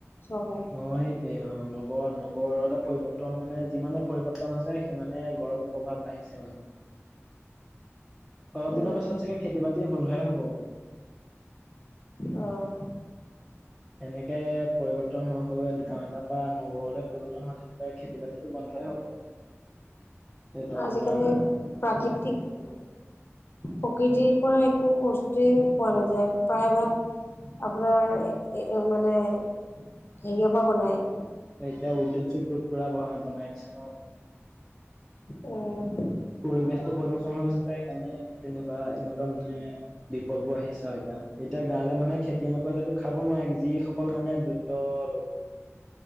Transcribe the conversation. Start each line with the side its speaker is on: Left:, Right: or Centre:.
Left: চৰকাৰে।
Centre: অ' সেইটোৱে অ' নগৰ নগৰলৈ পৰিৱৰ্তন মানে যিমানে পৰিৱৰ্তন হৈছে সিমানে গৰমৰ প্ৰভাৱ বাঢ়িছে মানে <unintelligible> অলপ
Left: উম,
Centre: দিনৰ পাছত চাগে খেতি-বাতি বন্ধই হ'ব।
Left: অঁ।
Centre: এনেকে পৰিৱৰ্তন হৈ হৈ গাঁৱলীয়াৰ পৰা নগৰলৈ পৰিবৰ্তন হৈ থাকিলে খেতি-বাতিতো বন্ধ বন্ধই হ'ব। সেইটো আপোনাৰ
Left: আজিকালি প্ৰাকৃতিক প্ৰকৃতিৰ পৰা একো বস্তুৱেই পোৱা নাযায় প্ৰায়ভাগ আপোনাৰ মানে হেৰিয়ৰ পৰা বনাই
Centre: এতিয়া উদ্যোগ চোদ্যোগ পুৰা বনাই দিছে ন'
Left: উম।
Centre: পৰিৱেশতটো প্ৰদূষণ হৈ হৈছে তাৰকাৰণে তেনেকুৱা এনেকুৱা মানে বিপদ বোৰ আহিছা এতিয়া, এতিয়া গাঁৱলীয়া মানুহে খেতি নকৰিলে খাব নোৱাৰে যিসকল মানে দৰিদ্ৰ লোক <inaudible>